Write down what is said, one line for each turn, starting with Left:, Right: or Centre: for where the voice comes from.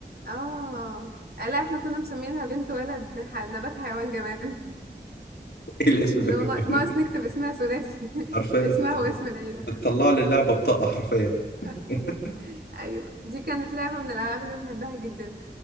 Right: اه لا احنا كنا مسمينها بنت ولد ح- نبات حيوان جمال
Left: ايه الاسم
Right: اللي
Left: ده كله
Right: هو نا-
Left: <laughs>
Right: ناقص نكتب اسمها ثلاثي <laughs>
Left: حرفيا
Right: اسمها
Left: انت بت-
Right: واسم العيلة
Left: بتطلع لي اللعبه بطاقه حرفيا <laughs>
Right: <laughs> أيوة دي كانت لعبة من الألعاب اللي بحبها جدا